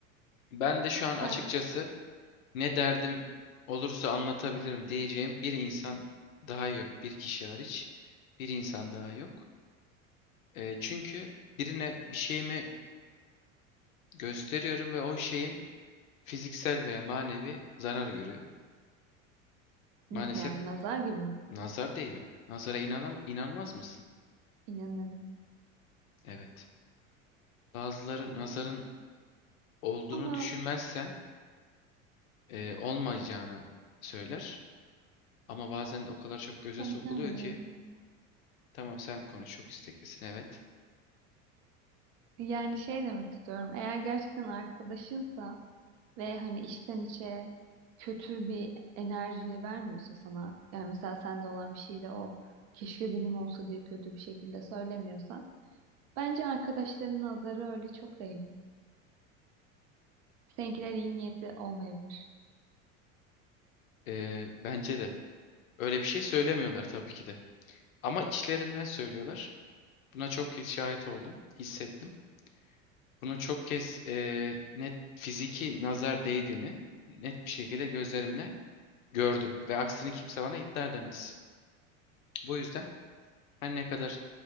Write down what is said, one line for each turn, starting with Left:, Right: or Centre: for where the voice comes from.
Left: Ben de şu an
Right: Sen
Left: açıkçası ne derdim olursa anlatabilirim diyeceğim bir insan daha yok. Bir kişi hariç bir insan daha yok. Ee, çünkü birine bir şeyimi gösteriyorum ve o şeyim fiziksel veya manevi zarar görüyor. Maalesef
Right: nasıl yani nazar gibi mi?
Left: nazar değiyor. Nazara inanam inanmaz mısın?
Right: İnanırım.
Left: Evet. Bazıları nazarın olduğunu
Right: Ama
Left: düşünmezsen e, olmayacağını söyler. Ama bazen de o kadar çok göze
Right: ben
Left: sokuluyor
Right: inanmıyorum
Left: ki
Right: ama.
Left: tamam sen konuş çok isteklisin evet.
Right: Yani şey demek istiyorum. Eğer gerçekten arkadaşınsa ve hani içten içe kötü bir enerji vermiyorsa sana yani mesela sende olan bir şey de o keşke benim olsa diye kötü bir şekilde söylemiyorsa Bence arkadaşlarının nazarı öyle çok değmez. Seninkiler iyi niyetli olmayabilir.
Left: Ee, bence de. Öyle bir şey söylemiyorlar tabii ki de. Ama içlerinden söylüyorlar. Buna çok kez şahit oldum, hissettim. Bunu çok kez e, net fiziki nazar değdiğini net bir şekilde gözlerimle gördüm. Ve aksini kimse bana iddia edemez. Bu yüzden her ne kadar